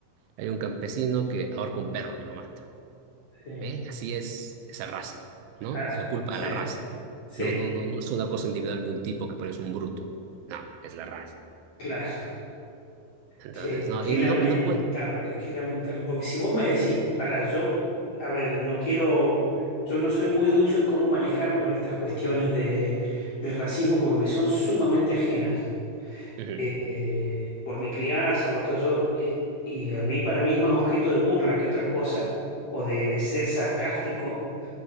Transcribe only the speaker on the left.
sí,
claro,
sí,
sí,
claro.
Qué,
qué
lamentable,
qué lamentable. Porque si vos me decís,
para yo, a ver, no quiero, yo no soy muy ducho en cómo manejarme con estas cuestiones de, del racismo porque me son sumamente ajenas.
eh, por mi crianza, por todo eso. eh, y a mí, para mí es más objeto de burla que otra cosa, o de, de ser sarcástico.